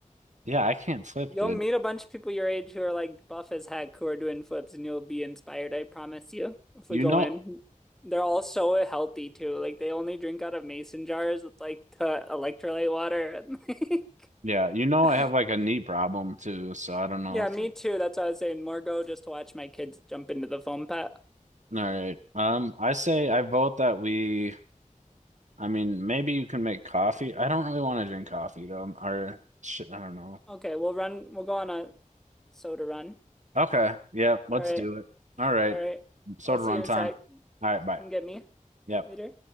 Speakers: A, on the right; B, in the centre.
A: Yeah, I can't flip,
B: You'll
A: dude.
B: meet a bunch of people your age who are like buff as heck who are doing flips and you'll be inspired, I promise you, if
A: You
B: we go
A: know,
B: in. They're all so healthy too. Like they only drink out of mason jars with like the electrolyte water and like
A: yeah, you know
B: <laughs>
A: I have like a knee problem too, so I don't know
B: Yeah,
A: if
B: me
A: that's...
B: too. That's what I was saying. More go just to watch my kids jump into the foam pit.
A: All right. Um, I say I vote that we I mean, maybe you can make coffee. I don't really want to drink coffee though. Or shit, I don't know.
B: Okay, we'll run we'll go on a soda run.
A: Okay. Yeah, let's
B: All right.
A: do it. All right.
B: All right.
A: Soda
B: I'll see
A: run
B: you in
A: time.
B: a sec.
A: All right, bye.
B: Come get me
A: Yeah.
B: later.